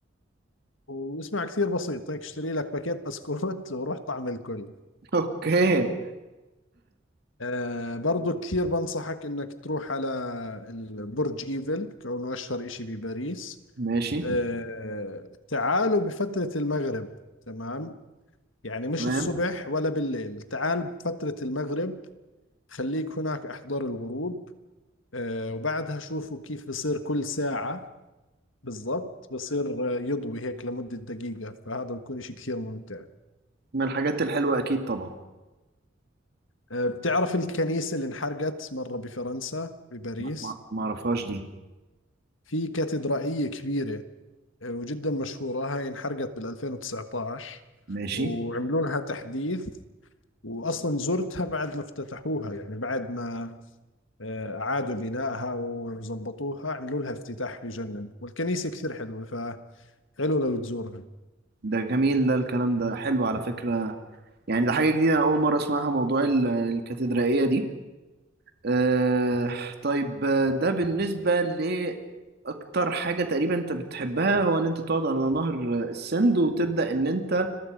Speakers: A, on the left; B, on the right.
A: واسمع كثير بسيط هيك اشتري لك باكيت بسكوت <laughs> وروح طعم الكل
B: <laughs> اوكي
A: آه برضو كثير بنصحك انك تروح على البرج ايفل كونه اشهر اشي بباريس
B: ماشي
A: آه تعالوا بفترة المغرب تمام يعني مش
B: تمام
A: الصبح ولا بالليل تعال بفترة المغرب خليك هناك احضر الغروب آه وبعدها شوفوا كيف بصير كل ساعة بالضبط بصير آه، يضوي هيك لمدة دقيقة فهذا بكون اشي كثير ممتع
B: من الحاجات الحلوة اكيد طبعا
A: آه بتعرف الكنيسة اللي انحرقت مرة بفرنسا بباريس
B: ما ما- ما اعرفهاش دي
A: في كاتدرائية كبيرة وجدا مشهورة هاي انحرقت بال 2019
B: ماشي
A: وعملوا لها تحديث واصلا زرتها بعد ما افتتحوها يعني بعد ما آه، اعادوا بنائها وزبطوها عملوا لها افتتاح بجنن والكنيسة كثير حلوة فحلو لو تزورها
B: ده جميل ده الكلام ده حلو على فكرة يعني ده حاجة جديدة أنا أول مرة أسمعها موضوع ال- الكاتدرائية دي آه طيب آه، ده بالنسبة لأكتر حاجة تقريبا أنت بتحبها هو إن أنت تقعد على نهر آه، السند وتبدأ إن أنت